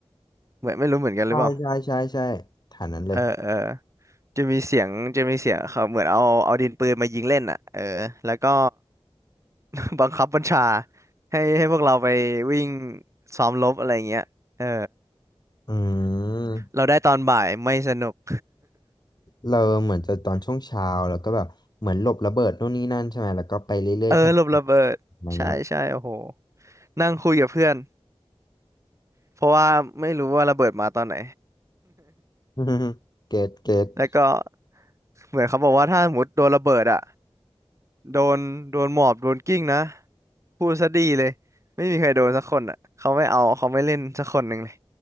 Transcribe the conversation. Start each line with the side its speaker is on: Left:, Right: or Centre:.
Right: เหมือนไม่รู้เหมือนกันหรือเปล่า
Left: ใช่ใช่ใช่ใช่ฐานนั้นเลย
Right: เออเออ จะมีเสียงจะมีเสียงเขาเหมือนเอาเอาดินปืนมายิงเล่นอ่ะเออแล้วก็ <laughs> บังคับบัญชาให้ให้พวกเราไปวิ่งซ้อมรบอะไรเงี้ยเออ
Left: อืม
Right: เราได้ตอนบ่ายไม่สนุก <laughs>
Left: เราเหมือนจะตอนช่วงเช้าแล้วก็แบบเหมือนหลบระเบิดนู่นนี่นั่นใช่ไหมแล้วก็ไปเรื่อยๆแทน
Right: เออหลบระเบิดใช่ใช่โอ้โห
Left: อะไรเงี้ย
Right: นั่งคุยกับเพื่อนเพราะว่าไม่รู้ว่าระเบิดมาตอนไหน
Left: <laughs> เกตเกต
Right: <laughs> แล้วก็เหมือนเขาบอกว่าถ้าสมมติโดนระเบิดอ่ะ โดนโดนหมอบโดนกิ้งนะพูดซะดีเลยไม่มีใครโดนสักคนอ่ะเขาไม่เอาเขาไม่เล่นสักคนหนึ่งเลย